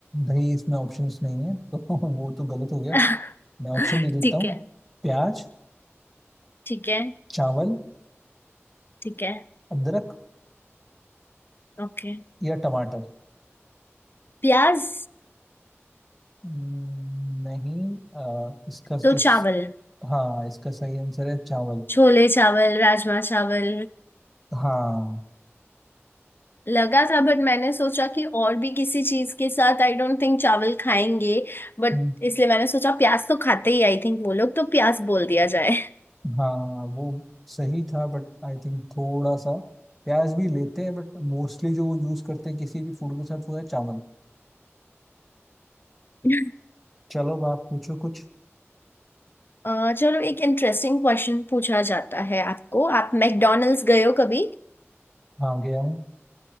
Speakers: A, in the centre; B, on the left.
A: दही इसमें ऑप्शंस नहीं है तो <laughs> वो तो गलत हो गया
B: <laughs>
A: मैं ऑप्शन दे देता
B: ठीक
A: हूँ
B: है
A: प्याज
B: ठीक है
A: चावल
B: ठीक है
A: अदरक
B: ओके
A: या टमाटर
B: प्याज
A: हम्म, नहीं अ, इसका जो
B: तो
A: स-
B: चावल
A: हाँ इसका सही आंसर है चावल
B: छोले चावल राजमा चावल
A: हाँ
B: लगा था बट मैंने सोचा कि और भी किसी चीज के साथ आई डोंट थिंक चावल खाएंगे बट
A: हम्म।
B: इसलिए मैंने सोचा प्याज तो खाते ही आई थिंक वो लोग तो प्याज बोल दिया जाए
A: हाँ वो सही था बट आई थिंक थोड़ा सा प्याज भी लेते हैं बट मोस्टली जो वो यूज करते हैं किसी भी फूड के साथ वो है चावल
B: <laughs>
A: चलो अब आप पूछो कुछ
B: अ, चलो एक इंटरेस्टिंग क्वेश्चन पूछा जाता है आपको आप मैकडोनल्ड्स गए हो कभी
A: हाँ गया हूँ